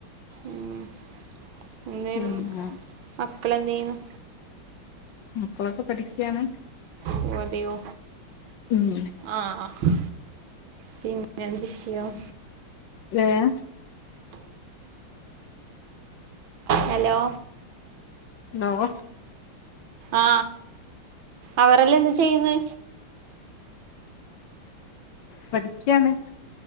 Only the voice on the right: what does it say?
ഉ എന്തെയുന്നു
മക്കള് എന്തെയ്യുന്നു
വോ അതെയോ
ആഹ പിന്നെ ശയം
ഹലോ
ആ അവരെല്ലാം എന്ത് ചെയ്യുന്ന്